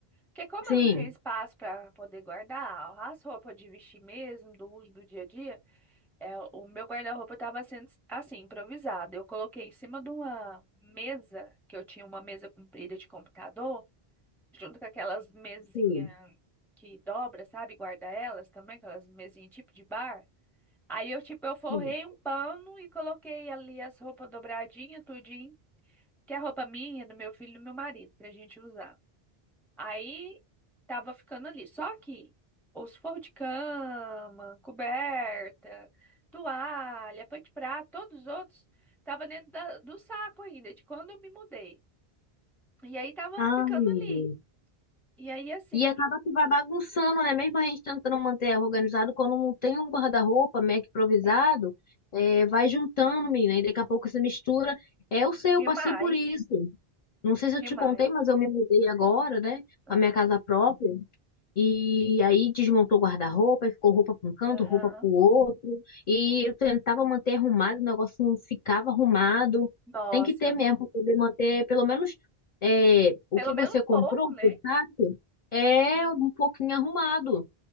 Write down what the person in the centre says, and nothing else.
Porque como
eu não tinha espaço para poder guardar as roupas de vestir mesmo, do uso do dia a dia, é, o meu guarda-roupa estava sendo assim, improvisado. Eu coloquei em cima de uma mesa, que eu tinha uma mesa comprida de computador, junto com aquelas mesinhas
que dobra, sabe? Guarda elas também, aquelas mesinhas tipo de bar. Aí eu, tipo, eu forrei
um pano e coloquei ali as roupas dobradinhas, tudinho, que é a roupa minha, do meu filho e do meu marido, pra gente usar. Aí tava ficando ali. Só que os forros de cama, coberta, toalha, pano de prato, todos os outros tava dentro da- do saco ainda, de quando eu me mudei. E aí tava
ficando
ali.
E aí assim,
sim,
demais,
demais.
Aham,
aham.
Nossa,
pelo
menos
um
pouco,
né?